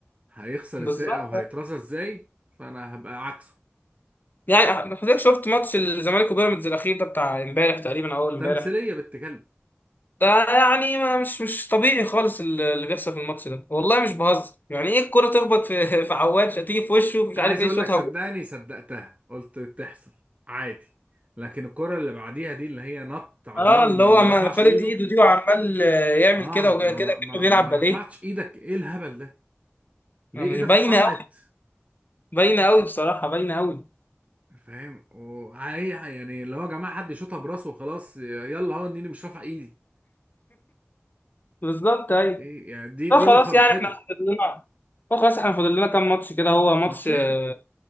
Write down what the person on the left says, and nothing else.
بالظبط
يعني حضرتك شفت ماتش الزمالك وبيراميدز الاخير ده بتاع امبارح تقريبا او اول امبارح
ده يعني ما مش مش طبيعي خالص ال- اللي بيحصل في الماتش ده والله مش بهزر يعني ايه الكرة تخبط في <laughs> في عواد تيجي في وشه مش
عارف
ايه
شوطها
جول
اه
اللي
هو
ما
فلت
ايده دي وعمال آه، يعمل
كده وكده
كده
كأنه
بيلعب
باليه
مش
باينه
قوي باينه قوي بصراحه باينه قوي
بالظبط ايوه
لا خلاص
يعني احنا فاضل لنا لا خلاص احنا فاضل لنا كام ماتش كده هو ماتش
آه،